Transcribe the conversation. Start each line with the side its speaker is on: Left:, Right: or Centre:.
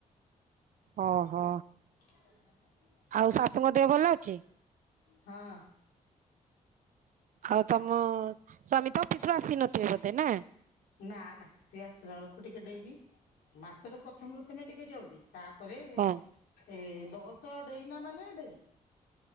Right: ଓହୋ।
Left: <inaudible>
Right: ଆଉ ଶାଶୁଙ୍କ ଦେହ ଭଲ ଅଛି?
Left: ହଁ।
Right: ଆଉ ତମ ସ୍ଵାମୀ ତ ଅଫିସରୁୁ ଆସିନଥିବେ ବୋଧେ ନା?
Left: ନା ନା ସିଏ ଆସିଲା ବେଳକୁ ଟିକେ ଡେରି ମାସର ପ୍ରଥମେ ପ୍ରଥମେ ଟିକେ ଜଲଦି ତାପରେ
Right: ହଁ
Left: ସେ ଦଶ ଡେଇଁନା ମାନେ ଡେରି।